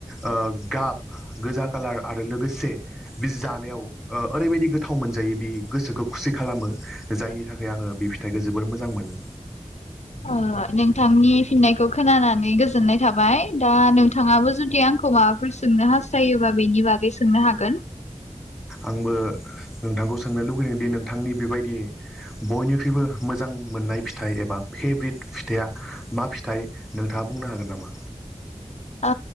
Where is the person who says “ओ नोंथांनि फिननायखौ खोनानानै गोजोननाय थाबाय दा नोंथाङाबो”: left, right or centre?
Left